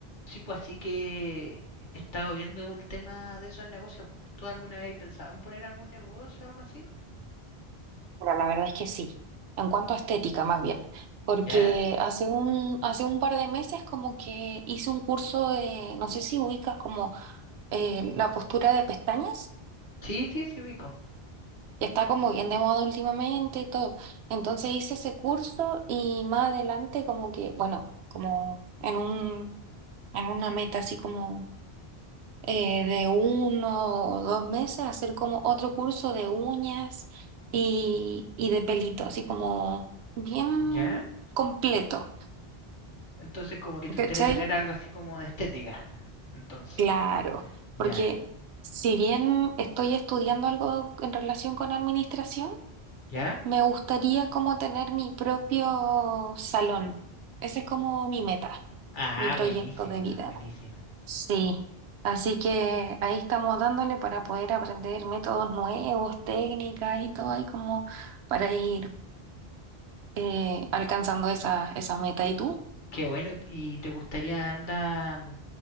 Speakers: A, on the left (about 50°); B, on the right (about 85°).
A: Sí, pues así que he estado viendo el tema de esos negocios. pues. ¿Tú alguna vez has pensado en poner algún negocio o algo así?
B: Bueno, la verdad es que sí, en cuanto a estética más bien, porque
A: ¿Ya?
B: hace un, hace un par de meses como que hice un curso de, no sé si ubicas como eh, la postura de pestañas,
A: Sí, sí, sí, ubico.
B: que está como bien de moda últimamente y todo. Entonces hice ese curso y más adelante como que, bueno, como en un, en una meta así como eh, de uno o dos meses, hacer como otro curso de uñas y, y de pelito, así como bien
A: ¿Ya?
B: completo,
A: Entonces como que te
B: ¿cachai?
A: gustaría tener algo así como de estética. Entonces.
B: Claro,
A: Ya.
B: porque si bien estoy estudiando algo en relación con administración,
A: ¿Ya?
B: me gustaría como tener mi propio salón. Ese es como mi meta,
A: Ah,
B: mi proyecto
A: buenísima,
B: de vida.
A: buenísima.
B: Sí, así que ahí estamos dándole para poder aprender métodos nuevos, técnicas y todo ahí como para ir eh, alcanzando esa, esa meta. ¿Y tú?
A: Qué bueno. ¿Y te gustaría andar